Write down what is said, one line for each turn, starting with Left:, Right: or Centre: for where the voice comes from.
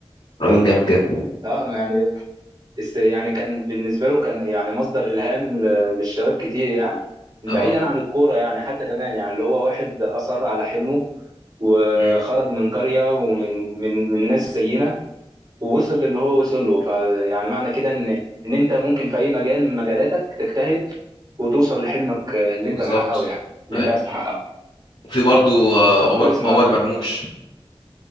Left: راجل جامد جامد
Right: اه يعني است يعني كان بالنسبة له كان يعني مصدر إلهام ل- للشباب كتير يعني بعيدا
Left: اه
Right: عن الكورة يعني حتى كمان يعني اللي هو واحد أصر على حلمه وخرج
Left: امم
Right: من قرية ومن من من ناس زينا ووصل للي هو وصل له فيعني معنى كده إن إن أنت ممكن في أي مجال من مجالاتك تجتهد وتوصل لحلمك اللي
Left: بالظبط
Right: أنت محققه يعني اللي
Left: ايوه
Right: أنت عايز تحققه
Left: وفي برضو آه،
Right: طب
Left: عمر
Right: كويس ما
Left: عمر
Right: جربت
Left: مرموش